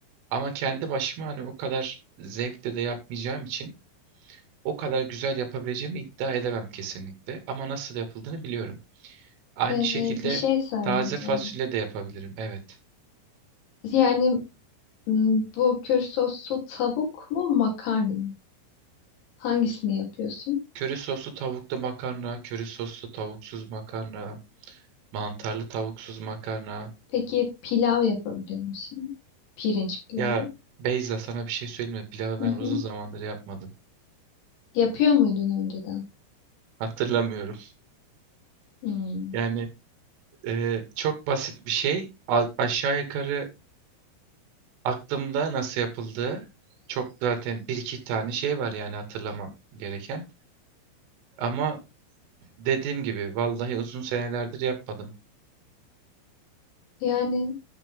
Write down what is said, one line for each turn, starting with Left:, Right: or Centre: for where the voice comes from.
Right: Ama kendi başıma hani o kadar zevkle de yapmayacağım için o kadar güzel yapabileceğimi iddia edemem kesinlikle. Ama nasıl yapıldığını biliyorum. Aynı
Left: Ee,
Right: şekilde
Left: bir şey söyleyeceğim.
Right: taze fasulye de yapabilirim. Evet.
Left: Yani m, bu kür soslu tavuk mu makarna mı? Hangisini yapıyorsun?
Right: Köri soslu tavuklu makarna, köri soslu tavuksuz makarna, mantarlı tavuksuz makarna.
Left: Peki pilav yapabiliyor musun? Pirinç pilavı.
Right: Ya Beyza sana bir şey söyleyeyim mi? Pilavı
Left: Hı
Right: ben uzun
Left: hı.
Right: zamandır yapmadım.
Left: Yapıyor muydun önceden?
Right: <laughs> Hatırlamıyorum.
Left: Hmm.
Right: Yani e, çok basit bir şey. A- aşağı yukarı aklımda nasıl yapıldığı çok zaten bir iki tane şey var yani hatırlamam gereken. Ama Dediğim gibi vallahi uzun senelerdir yapmadım.
Left: Yani